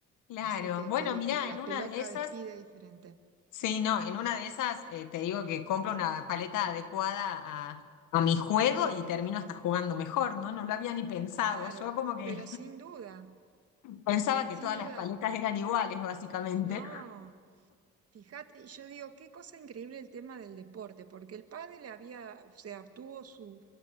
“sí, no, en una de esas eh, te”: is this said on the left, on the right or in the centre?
Left